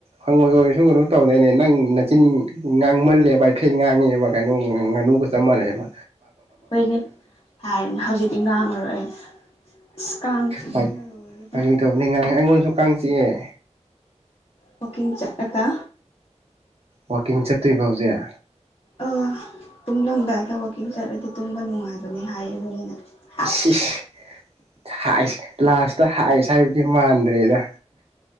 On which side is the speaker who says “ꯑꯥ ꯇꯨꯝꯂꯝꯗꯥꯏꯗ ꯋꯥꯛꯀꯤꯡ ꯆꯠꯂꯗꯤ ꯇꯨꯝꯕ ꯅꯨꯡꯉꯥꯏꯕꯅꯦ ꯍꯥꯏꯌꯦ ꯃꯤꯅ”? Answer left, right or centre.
Left